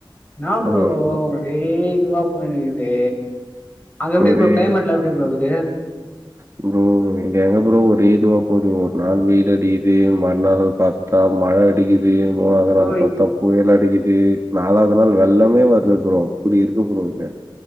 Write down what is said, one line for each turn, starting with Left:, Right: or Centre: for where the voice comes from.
Left: இன்னா ப்ரோ
Right: ம்.
Left: ஒரே இதுவா போய்னுக்குது அங்க எப்டி
Right: ஒரே
Left: ப்ரோ கிளைமட்ல எப்டி ப்ரோ இருக்குது
Right: ப்ரோ இங்க எங்க ப்ரோ ஒரே இதுவா போது ஒரு நாள் வெயில் அடிக்கிது மறுநாள் பாத் த்தா மழ அடிக்குது மூணாவது
Left: ப்ரோ
Right: நாள் பாத்தா புயல் அடிக்கிது நாலாவது நாள் வெள்ளமே வருது ப்ரோ அப்டி இருக்கு ப்ரோ இங்க